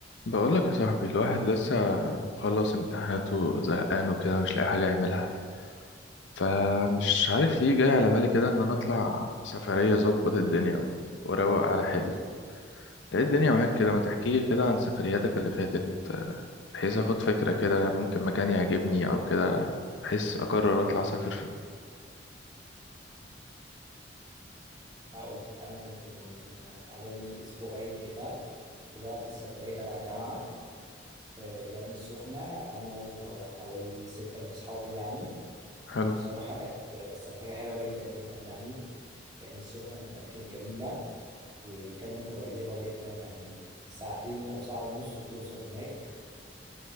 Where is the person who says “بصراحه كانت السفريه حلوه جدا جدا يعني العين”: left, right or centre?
Right